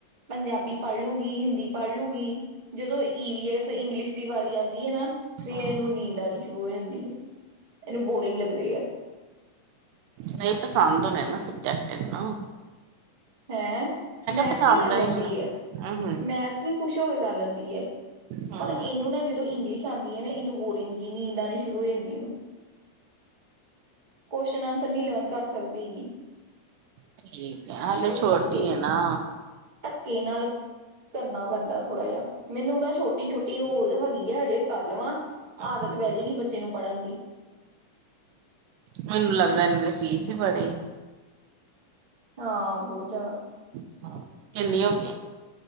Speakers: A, on the right (about 20°); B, on the right (about 80°).
A: ਪੰਜਾਬੀ ਪੜ੍ਹ ਲੂਗੀ ਹਿੰਦੀ, ਪੜ੍ਹ ਲੂਗੀ ਜਦੋਂ ਈਵ ਐਸ ਇੰਗਲਿਸ਼ ਦੀ ਵਾਰੀ ਆਂਦੀ ਐ ਨਾ ਫੇਰ
B: ਹੂੰ
A: ਏਨੂੰ ਨੀਂਦ ਆਣੀ ਸ਼ੁਰੂ ਹੋ ਜਾਂਦੀ ਐ ਏਨੂੰ ਬੋਰਿੰਗ ਲੱਗਦੇ ਐ।
B: ਨਈ ਪਸੰਦ ਹੋਨੇ ਨਾ ਸਬਜੈਕਟ ਏਨੂੰ।
A: ਹੈਂ ਮੈਥ
B: ਪਸੰਦ
A: ਵੀ ਕਰ ਲੈਂਦੀ
B: ਆਏ ਹੋਣੇ
A: ਐ
B: ਹੂੰ
A: ਮੈਥ ਥ ਵੀ ਖੁਸ਼ ਹੋ ਕੇ ਕਰ ਲੈਂਦੀ ਐ
B: ਹੂੰ
A: ਪਰ ਇਨੂੰ ਨਾ ਜਦੋਂ ਇੰਗਲਿਸ਼ ਚ ਆਂਦੀ ਐ ਨਾ ਇਨੂੰ ਬੋਰੀਗ ਜੀ ਨੀਂਦ ਆਣੀ ਸ਼ੁਰੂ ਹੋ ਜਾਂਦੀ ਇਨੂੰ। ਕੋਸ਼ਨ ਆਨਸਰ ਨੀ ਲਰਨ ਕਰ ਸਕਦੀ।
B: ਠੀਕ ਐ ਹਾਲੇੇ
A: ਉਹਦੇ
B: ਛੋਟੀ
A: ਧੱਕੇ
B: ਐ ਨਾ।
A: ਧੱਕੇ ਨਾਲ ਕਰਨਾ ਪੈਂਦਾ ਥੋੜ੍ਹਾ ਜਾ ਮੈਨੂੰ ਕ ਛੋਟੀ-ਛੋਟੀ ਓ ਹੈਗੀ ਆ ਹਜੇ ਕਰ ਲਵਾਂ
B: ਹੂੰ
A: ਆਦਤ ਪੈ ਜੇ ਗੀ ਬੱਚੇ ਨੂੰ ਪੜ੍ਹਨ ਦੀ।
B: ਮੈਨੂੰ ਲੱਗਦਾ ਇਨਾਂ ਦੇ ਫੀਸ ਹੀ ਬੜੀ ਐ।
A: ਆਹ ਬੋਤ ਜਾਦਾ।
B: ਹੈ। ਕਿੰਨੀ ਹੋ ਗੀ।